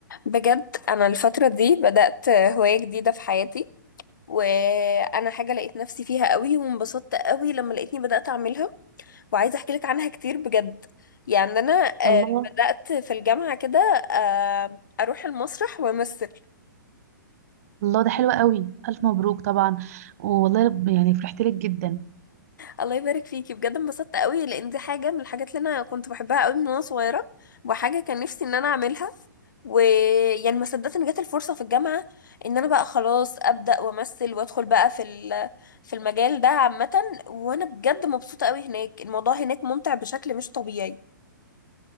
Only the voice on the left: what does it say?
بجد انا الفتره دي بدات هوايه جديده في حياتي وانا حاجه لقيت نفسي فيها قوي وانبسطت قوي لما لقيتني بدات اعملها وعايزه احكي لك عنها كتير بجد يعني انا آه،
بدات في الجامعه كده آه، اروح المسرح وامثل
الله يبارك فيكي بجد انبسطت قوي لان دي حاجه من الحاجات اللي انا كنت بحبها قوي من وانا صغيره وحاجه كان نفسي ان انا اعملها ويعني ما صدقت ان جت الفرصه في الجامعه ان انا بقى خلاص ابدا وامثل وادخل بقى في ال- في المجال ده عامه وانا بجد مبسوطه قوي هناك الموضوع هناك ممتع بشكل مش طبيعي